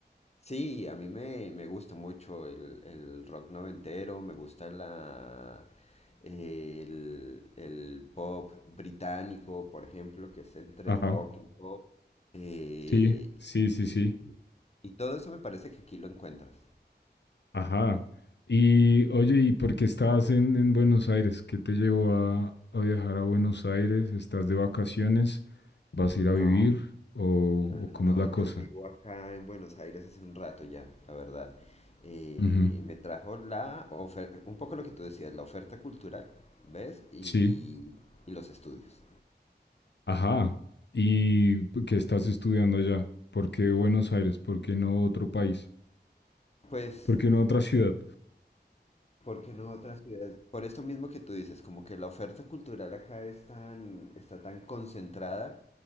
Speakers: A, on the left; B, on the left.
A: Sí, a mí me, me gusta mucho el, el rock noventero, me gusta la, el, el pop británico, por ejemplo, que es entre
B: Ajá,
A: rock y pop. eh,
B: sí, sí,
A: y,
B: sí, sí.
A: y todo eso me parece que aquí lo encuentras.
B: Ajá. Y oye, ¿y por qué estás en, en Buenos Aires? ¿Qué te llevó a, a viajar a Buenos Aires? ¿Estás de vacaciones? ¿Vas a ir a vivir?
A: No,
B: ¿O,
A: no,
B: o
A: no,
B: cómo
A: no,
B: es la cosa?
A: yo vivo acá en Buenos Aires hace un rato ya, la verdad. Eh,
B: Ujú,
A: me trajo la oferta, un poco lo que tú decías, la oferta cultural, ¿ves? Y,
B: Sí.
A: y los estudios.
B: Ajá. ¿Y p- qué estás estudiando allá? ¿Por qué Buenos Aires? ¿Por qué no otro país?
A: Pues,
B: ¿Por qué no otra ciudad?
A: eh, ¿por qué no otras ciudades? Por esto mismo que tú dices, como que la oferta cultural acá es tan, está tan concentrada